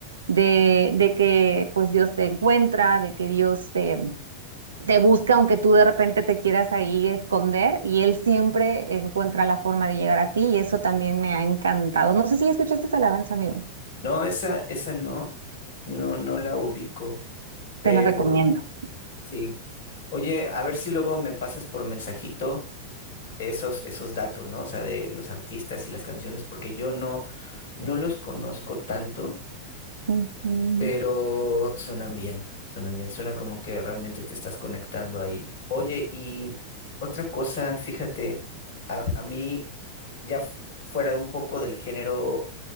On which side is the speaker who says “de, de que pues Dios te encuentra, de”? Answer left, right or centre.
Right